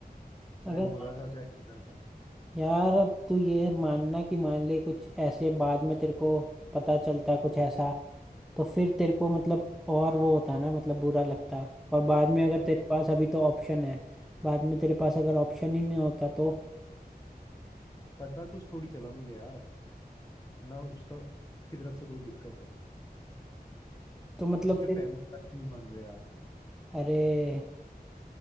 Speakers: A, on the left; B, in the centre.
A: चाहे
B: अगर
A: बुरा था चाहे गंदा था
B: यार अब तू ये मानना कि मान ले कुछ ऐसे बाद में तेरे को पता चलता कुछ ऐसा तो फिर तेरे को मतलब और वो होता ना मतलब बुरा लगता और बाद में अगर
A: अरे
B: तेरे पास अभी तो ऑप्शन है बाद में तेरे पास अगर ऑप्शन ही नहीं होता तो
A: पता कुछ थोड़ी चला मुझे यार ना उसका उसकी तरफ से कोई दिक्कत है
B: तो मतलब
A: उसके
B: फिर
A: फैमिली वाले नहीं मान रहे यार
B: अरे